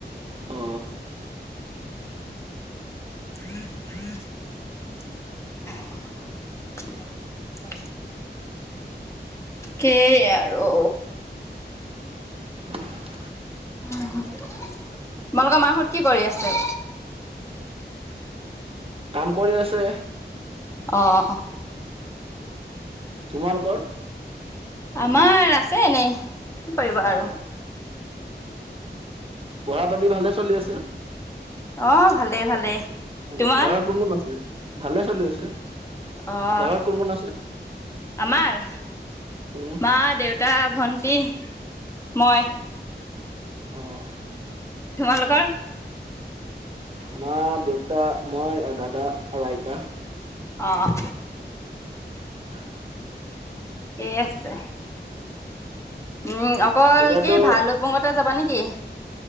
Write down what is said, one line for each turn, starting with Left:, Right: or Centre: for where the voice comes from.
Right: অ।
Left: <unintelligible> <unintelligible> সেই আৰু।
Right: <unintelligible>
Left: তোমালোকৰ মাহহত কি কৰি আছে?
Right: <inaudible> কাম কৰি আছে।
Left: অ অ।
Right: তোমালোকৰ?
Left: আমাৰ আছে এনেই কি কৰিব
Right: অ'
Left: আৰু।
Right: পঢ়া পাতি ভালে চলি আছে।
Left: অ', ভালেই ভালেই।
Right: অ
Left: তোমাৰ?
Right: ঘৰত পোন কোন আছিল ভালে চলি আছে।
Left: অ',
Right: ঘৰত কোন কোন আছে?
Left: আমাৰ
Right: উম
Left: মা, দেউতা ভন্টি মই।
Right: আহ।
Left: তোমালোকৰ?
Right: মা দেউতা মই আৰু দাদা আৰু আইতা।
Left: আহ।
Right: <unintelligible>
Left: ঠিকে আছে। উম অকল
Right: এতিয়াতো
Left: কি ভালুকপুংতে যাবা নেকি?